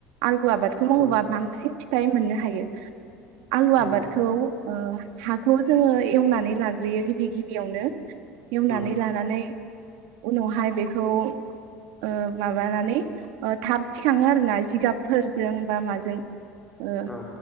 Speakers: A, on the right; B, in the centre.
A: आलु आबादखौ मावोबा
B: औ
A: बांसिन फिथाइ मोननो हायो । आलु आबादखौ
B: नंगौ
A: ओ हाखौ जोङो एवनानै लाग्रोयो गिबि गिबियावनो एवनानै
B: औ
A: लानानै । उनावहाय बेखौ ओ माबानानै ओ थाब थिखाङो आरो ना जिगाब फोरजों बा माजों ओ
B: औ औ